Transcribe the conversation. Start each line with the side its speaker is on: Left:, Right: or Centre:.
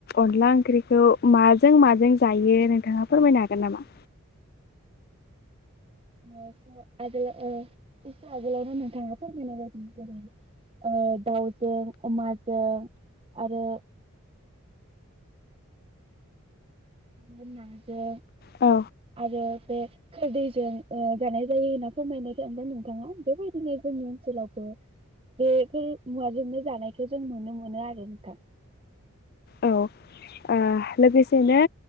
Left: अनला ओंख्रिखौ माजों माजों जायो नोंथाङा फोरमायनो हागोन नामा?
Right: उम आगोलाव ओ एसे आगोलावनो नोंथाङा फोरमायनाय बिदि जोंनि ओ दाउजों अमाजों आरो आरो नाजों
Left: औ
Right: आरो बे खोरदैजों ओ जानाय जायो होनना फोरमायनाय नोंथाङा बेबायदिनो जोंनि ओनसोलावबो बेफोर मुवाजोंनो जानायखौ जों नुनो मोनो आरो नोंथां
Left: औ आह लोगोसेनो